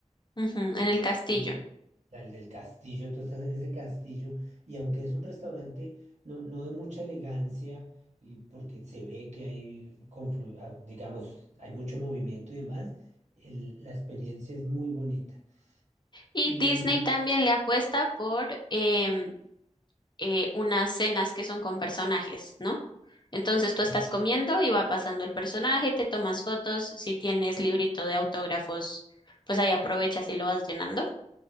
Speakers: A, on the left (about 40°); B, on the right (about 70°).
A: Ujú, en
B: que
A: el castillo.
B: es al del castillo, tú estás en ese castillo y aunque es un restaurante no, no de mucha elegancia y porque se ve que hay, conflu- ah, digamos, hay mucho movimiento y demás, el- la experiencia es muy bonita.
A: Y
B: Y,
A: Disney
B: mm,
A: también le apuesta por em, eh, unas cenas que son con personajes, ¿no? Entonces tú
B: ah,
A: estás
B: sí,
A: comiendo y va pasando el personaje, te tomas fotos, si tienes librito de autógrafos, pues ahí aprovechas y lo vas llenando.